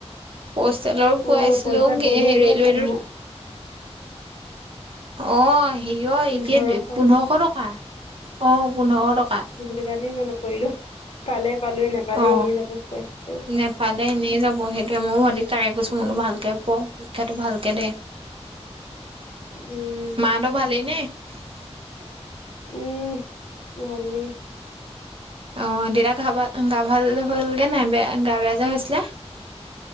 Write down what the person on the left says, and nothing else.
অ', পইচা বহুত
অ' পোন্ধৰ
পোন্ধৰশ
উম সেটো কাৰণে মই নকৰিলো পালে পালোৱে নেপালে
এনেই যাব পইচাটো
উম
উম
উম ভালে